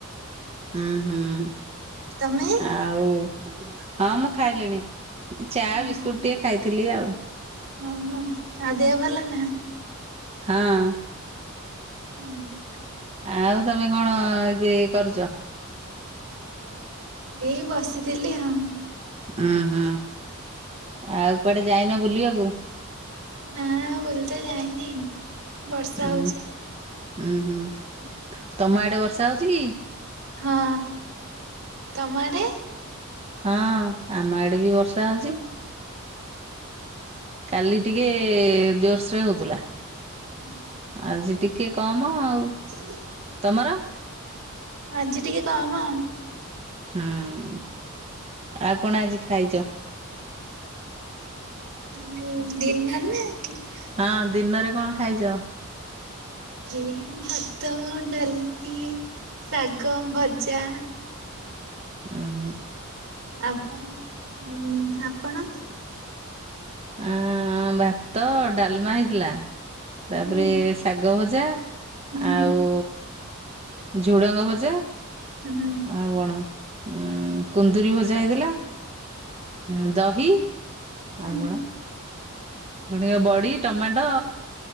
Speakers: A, on the right (about 30°); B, on the right (about 80°).
A: ଉଁହୁଁ
B: ତମେ
A: ଆଉ ହଁ ମୁଁ ଖାଇଲିଣି। ଚା
B: ଓହୋ
A: ବିସ୍କୁଟ ଟିକେ ଖାଇଥିଲି ଆଉ।
B: ଓହୋ ଆଉ ଦେହ ଭଲ ନା?
A: ହଁ।
B: ଉଁ ହୁଁ
A: ଆଉ ତମେ କଣ ଏବେ କରୁଛ?
B: ଏଇ ବସିଥିଲି ଆଉ।
A: ଓ ହଁ ଆଉ କୁଆଡେ ଯାଇନ ବୁଲିବାକୁ?
B: ନା ଆଉ ବୁଲିତେ ଯାଇନି ବର୍ଷା
A: ଉଁ
B: ହୋଉଛି।
A: ଉଁ ହୁଁ ତମ ଆଡ଼େ ବର୍ଷା ହୋଉଛି କି?
B: ହଁ ତମ ଆଡେ?
A: ହଁ ଆମ ଆଡେ ବି ବର୍ଷା ହୋ। କାଲି ଟିକେ ଜୋର୍ସରେ ହୋଉଥିଲା।
B: ହୁଁ ହୁ
A: ଆଜି ଟିକେ କମ ଆଉ।
B: <inaudible>
A: ତମର?
B: ଆଜି ଟିକେ କମ।
A: ହଁ। ଆଉ କଣ ଆଜି ଖାଇଛ?
B: ଯୋଉ ଦିନରେ ନା କେତେ
A: ହଁ ଦିନରେ କଣ ଖାଇଛ?
B: ଏଇ ଭାତ ଡାଲି ଶାଗ ଭଜା
A: ଆହା।
B: ଆପ୍ ହଁ ଆପଣ?
A: ଅଁ ଭାତ ଡାଲମା ହେଇ ଥିଲା ତାପରେ
B: ହୁଁ
A: ଶାଗ ଭଜା
B: ହୁଁ
A: ଆଉ ଝୁଡଙ୍ଗ ଭଜା
B: ହୁଁ
A: ଆଉ କଣ ଉଁ କୁନ୍ଦୁରି ଭଜା ହେଇଥିଲା ଉ ଦହି
B: ହୁଁ
A: ଆଉ କଣ? ଣ ବଡି ଟମାଟୋ